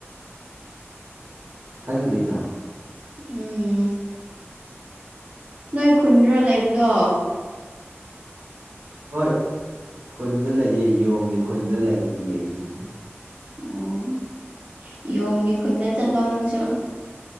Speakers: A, on the right; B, on the right.
A: ꯈꯪꯗꯔꯗꯣ
B: ꯎꯝ ꯅꯣꯏ ꯈꯨꯟꯗ꯭ꯔꯣ ꯂꯩꯕꯗꯣ
A: ꯍꯣꯏ ꯈꯨꯟꯗ ꯂꯩꯌꯦ ꯌꯣꯡꯒꯤ ꯈꯨꯟꯗ ꯂꯩꯇꯦ ꯑꯩꯁꯨ
B: ꯑꯣ ꯌꯣꯡꯒꯤ ꯈꯨꯟꯗ ꯆꯠꯂꯣ ꯅꯪꯁꯨ